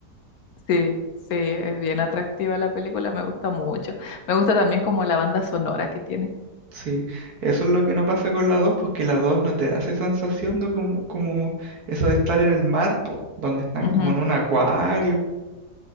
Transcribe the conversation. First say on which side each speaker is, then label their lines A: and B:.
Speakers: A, on the left; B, on the right.
A: Sí, sí, es bien atractiva la película, me gusta mucho. Me gusta también como la banda sonora que tiene.
B: Sí, eso es lo que no pasa con la 2 porque la 2 no te da esa sensación de como, como eso de estar en el mar, po, donde están
A: Ujú.
B: como en un acuario.